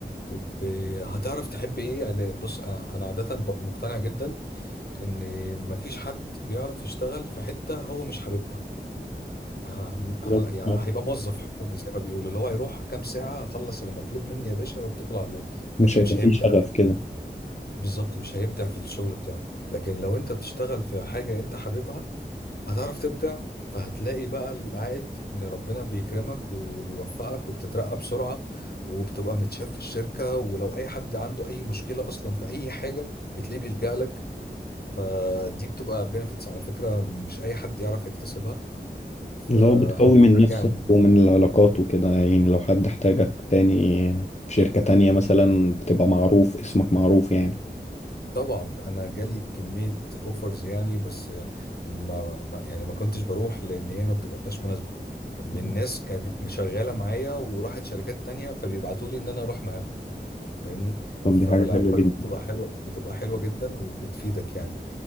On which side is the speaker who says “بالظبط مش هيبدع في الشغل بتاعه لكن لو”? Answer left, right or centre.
Left